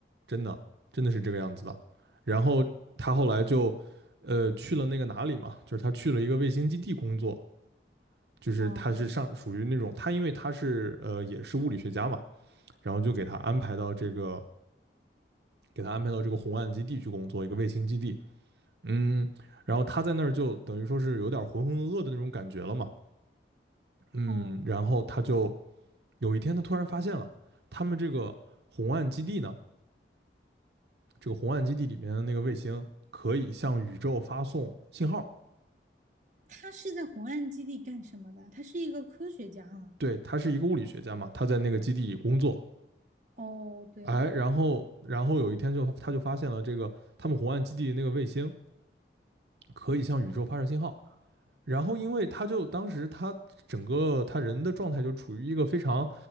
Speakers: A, on the right (about 70°); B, on the right (about 45°).
A: 真的真的是这个样子的，然后他后来就呃去了那个哪里嘛，就是他去了一个卫星基地工作，就是他是上属于那种他因为他是呃也是物理学家嘛，
B: 哦
A: 然后就给他安排到这个给他安排到这个红岸基地去工作，一个卫星基地，嗯，然后他在那儿就等于说是有点浑浑噩噩的那种感觉了嘛。嗯，
B: 哦
A: 然后他就有一天他突然发现了，他们这个红岸基地呢，这个红岸基地里面的那个卫星可以向宇宙发送信号。
B: 他是在红岸基地干什么的？他是一个科学家啊。
A: 对，他是一个物理学家嘛，他在那个基地里工作。
B: 哦，对，
A: 哎，然后然后有一天就他就发现了这个他们红岸基地那个卫星可以向宇宙发射信号，然后因为他就当时他整个他人的状态就处于一个非常